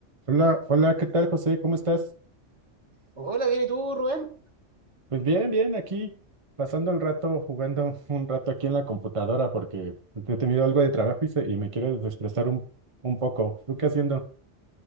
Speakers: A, on the right; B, on the right.
A: Hola, hola, ¿qué tal, José? ¿Cómo estás?
B: Hola, bien, ¿y tú, Rubén?
A: Pues bien, bien, aquí pasando el rato, jugando un rato aquí en la computadora porque he tenido algo de trabajo y, se- y me quiero desestresar un, un poco. ¿Tú qué haciendo?